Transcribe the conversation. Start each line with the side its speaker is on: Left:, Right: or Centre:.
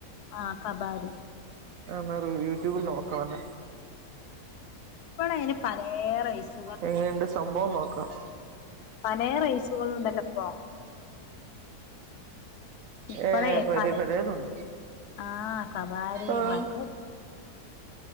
Left: ആ കബാരി
Right: ന്നരു യൂട്യൂബിൽ നോക്കാ വണ്ട
Left: ഇപ്പളെ അയിന് പലേ റൈസും
Right: എങ്ങനെണ്ട് സംഭവം നോക്കാം
Left: പലേ റൈസുകളുണ്ടല്ലോ ഇപ്പൊ ഇപ്പളേ
Right: ഏഹ് പ
Left: പല
Right: പലേതുണ്ട്
Left: ആ കബാരി
Right: ആഹ്
Left: പല